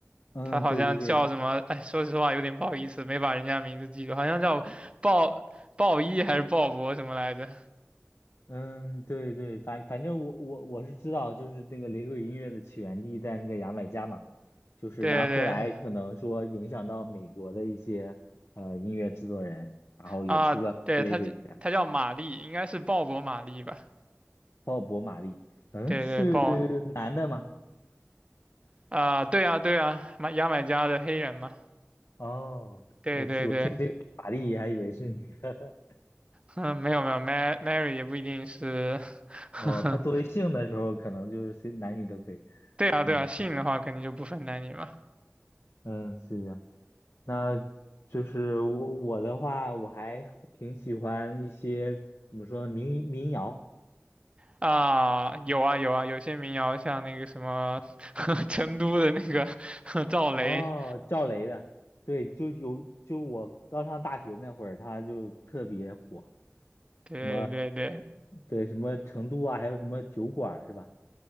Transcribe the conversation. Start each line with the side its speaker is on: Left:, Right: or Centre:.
Left: 嗯，
Right: 他好像叫什么，
Left: 对对对，
Right: 哎，说实话有点不好意思，没把人家名字记住，好像叫鲍鲍伊还是鲍勃什么来着？
Left: 嗯，对对，反反正我我我是知道，就是那个雷鬼音乐的起源地在那个牙买加嘛，就是然后后来可能说影响到美国的一些呃音乐制作人，
Right: 对对
Left: 然后也出了雷鬼音乐，
Right: 啊，对，他他叫玛丽，应该是鲍勃玛丽吧？
Left: 鲍勃·马利，嗯，
Right: 对对，
Left: 是
Right: 鲍
Left: 男的吗？
Right: 啊，对啊，对啊，买牙买加的黑人嘛，
Left: 哦，
Right: 对对对，
Left: 呃，这我听玛丽还以为是女的，
Right: 嗯，没有没有，Mary Mary 也不一定是，
Left: <laughs>
Right: <laughs>
Left: 哦，他作为姓的时候，可能就是随男女都可以，
Right: 对啊对啊，
Left: 嗯
Right: 姓的话肯定就不分男女嘛。
Left: 嗯，是这样。那就是我我的话，我还挺喜欢一些怎么说呢，民民谣
Right: 啊，有啊有啊，有些民谣像那个什么 <laughs> 成都的那个 <laughs> 赵雷，
Left: 哦，赵雷的，对，就有就我刚上大学那会儿，他就特别火，
Right: 对对对，
Left: 什么对什么成都啊，还有什么酒馆儿是吧？